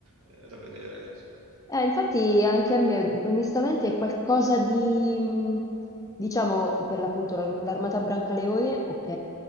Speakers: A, on the right; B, on the left.
A: eh, da vedere.
B: Eh, infatti anche a me, onestamente, è qualcosa di, mh, diciamo, per l'appunto l'ar- l'Armata Brancaleone, ok.